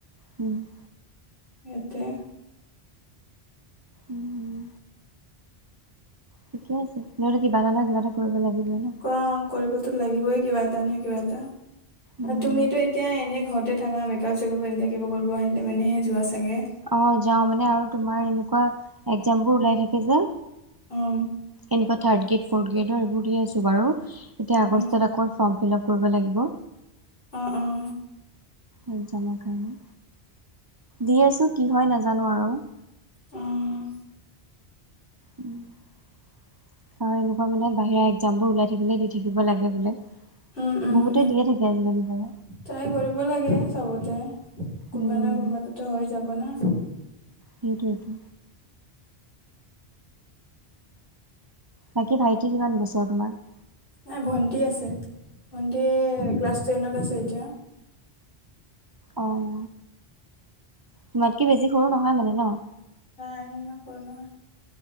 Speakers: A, on the right (about 25°); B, on the left (about 55°).
A: উম!
B: এতিয়া?
A: উম ঠিকে আছে। নহ'লে, কিবা এটা নহয়, কিবা এটা কৰিব লাগিবই ন'।
B: অ'! কৰিবতো লাগিবই, কিবা এটা নহয়, কিবা এটা।
A: উম
B: আৰু তুমিতো, এতিয়া এনে ঘৰতে থাকা? মেকআপ-চেকাপ এনেক কিবা কৰিব আহিলে, মানেহে যোৱা চাগে?
A: অ'! যাওঁ। মানে, আৰু তোমাৰ এনেকুৱা, একজাম বোৰ ওলাই থাকে যে।
B: উম!
A: এনেকুৱা, থাৰ্ড গ্ৰেড, ফৰ্থ গ্ৰেডৰ, এইবোৰ দি আছোঁ বাৰু। এতিয়া,
B: অ
A: আগষ্টত আকৌ, ফৰ্ম- ফিলাপ কৰিব লাগিব।
B: অ' অ'!
A: একজামৰ কাৰণে, দি আছোঁ, কি হয় নাজানোঁ আৰু।
B: উম!
A: কাৰণ, এনেকুৱা মানে, বাহিৰা একজাম বোৰ ওলাই থাকিলে, দি থাকিব লাগে বোলে,
B: উম উম
A: বহুতে দিয়ে থাকে, আজিকালি বাৰু।
B: ট্ৰাই কৰিব লাগে চবতে। কোনোবা
A: উম
B: নহয়, কোনোবাটোতো হৈ যাব না।
A: ভিডিঅ'টো। বাকী, ভাইটি কিমান বছৰ তোমাৰ?
B: নাই, ভণ্টি আছে। ভন্টি ক্লাছ টেনত আছে, এতিয়া।
A: অ'! তোমাতকৈ বেছি সৰু নহয়, মানে ন'?
B: নাই, ইমান সৰু নহয়।